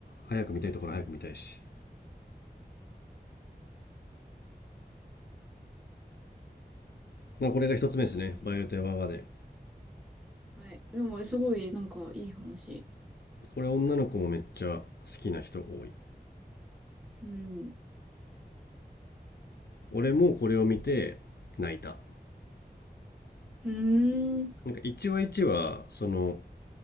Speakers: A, on the left (about 75°); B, in the centre.
A: 早く見たいところ早く見たいし。まあこれが一つ目ですね。
B: アニメ。
A: バイオレット・エヴァーガーデン。
B: はい。でも、すごい、なんか、いい話。
A: これ女の子もめっちゃ好きな人多い。
B: うん。う
A: 俺もこれを見て泣いた。
B: ーん。
A: なんか1話1話、その